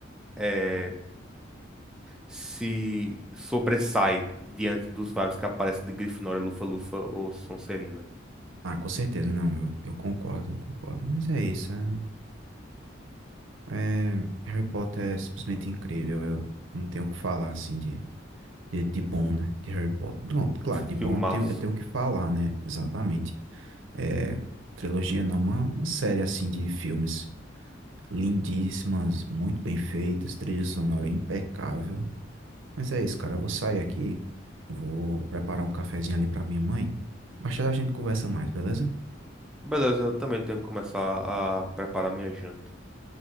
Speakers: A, in the centre; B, on the right (about 80°).
A: é, se sobressai diante dos vários que aparecem de Grifinória, Lufa-Lufa ou Sonserina.
B: Ah, com certeza, não, eu, eu concordo, eu concordo. Mas é isso, é, é- Harry Potter é simplesmente incrível, eu não tenho o que falar, assim, de, de, de bom, né, de Harry Potter. Bom, claro, de
A: Filmaço.
B: bom eu tenho, eu tenho o que falar, né, exatamente. É, trilogia não, uma, uma série, assim, de filmes lindíssimas, muito bem feitas, trilha sonora impecável. Mas é isso, cara, eu vou sair aqui, eu vou preparar um cafezinho ali pra minha mãe. Mais tarde a gente conversa mais, beleza?
A: Beleza, eu também tenho que começar a preparar minha janta.